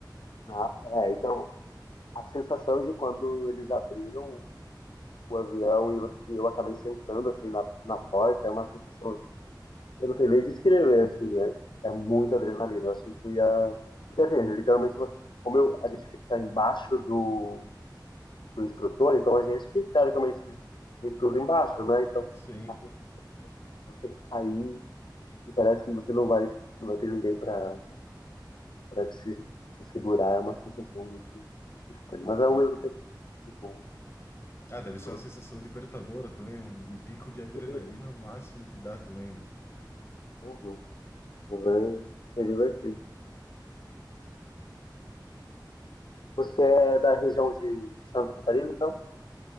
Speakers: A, on the left; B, on the left.
A: não, é, então a sensação de quando eles abriram o avião e você- e eu acabei sentando assim na, na porta, é uma sensação Eu não sei nem descrever, assim, é, é muita adrenalina. Eu achei que eu ia. Porque, assim, literalmente, você- como eu, a gente fica embaixo do, do instrutor, então a gente que, teoricamente, vê tudo embaixo, né? Então,
B: <laughs> Sim.
A: assim, você cair e parece que você não vai, não vai ter ninguém pra, pra te, se- te segurar, é uma sensação muito estranha. Mas, ao
B: Ah,
A: mesmo tempo, muito bom.
B: Ah, deve ser
A: Eu
B: uma sensação libertadora também, um, um pico de adrenalina
A: gostei.
B: ao máximo que dá também, né?
A: Uhum. Mas É, é divertido. Você é da região de Santa Catarina, então?